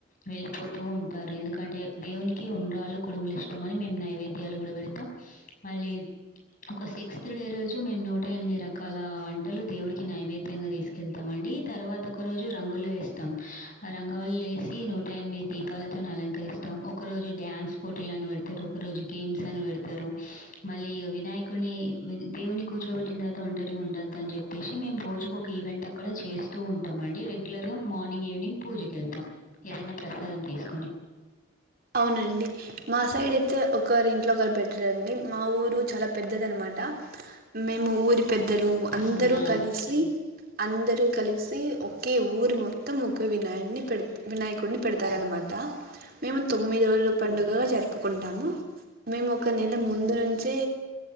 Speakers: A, on the left; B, on the right.
A: వెళ్ళిపోతూ ఉంటారు ఎందుకంటే దేవునికి ఉండ్రాలు కుడుములు ఇష్టంమని మేము నైవేద్యాలు కూడా పెడతాం మళ్ళీ ఒక సిక్స్త్ డే రోజు మేము నూట ఎనిమిది రకాల వంటలు దేవుడికి నైవేద్యంగా తీసుకెళ్తామండి డి తర్వాత ఒక రోజు రంగులు వేస్తాం ఆ రంగవాళులు వేసి నూటి టైన్ మీ దీపాలతో అలంకరిస్తాం ఒక రోజు డ్యాన్స్ పోటీలు అని పెడతారు ఒక రోజు గేమ్స్ అని పెడతారు మళ్ళీ వినాయకుడిని దేవుని కూర్చోబెట్టిన తర్వాత ఒంటరిగా ఉండదు అని చెప్పేసి మేము రోజుకు ఒక ఈవెంట్ అక్కడ చేస్తూ ఉంటాం అండి రెగ్యులర్ గా మార్నింగ్ ఈవినింగ్ పూజకళ్తాం ఏదైనా ప్రసాదం తీసుకొని
B: అవునండి మా సైడ్ అయితే ఒకరు ఇంట్లో ఒకరు పెట్రాండి మా ఊరు చాలా పెద్దది అనమాట మేము ఊరి పెద్దలు
A: అవునా!
B: అందరూ కలిస్సి అందరూ కలిసి ఒకే ఊరు మొత్తం ఒకే వినాయున్ని పెడ్ వినాయకుడిన్ని పెడతారన్నమాట
A: <unintelligible>
B: తొమ్మిది రోజుల పండుగా జరుపుకుంటాము మేము ఒక నెల ముందు నుంచే